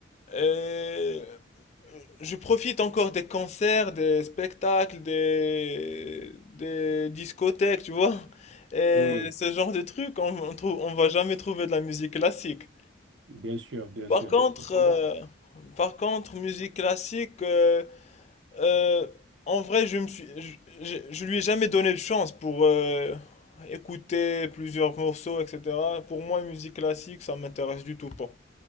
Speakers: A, on the left; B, on the right.
A: Euh, je profite encore des concerts, des spectacles, des, des discothèques, tu vois. Et
B: oui,
A: ce genre de trucs, on, on trouve, on va jamais trouver de la musique classique.
B: bien sûr, bien
A: Par
B: sûr.
A: contre, euh, par contre, musique classique, euh, euh, en vrai, je me suis, je, je, je lui ai jamais donné de chance pour euh, écouter plusieurs morceaux, etc. Pour moi, musique classique, ça m'intéresse du tout pas.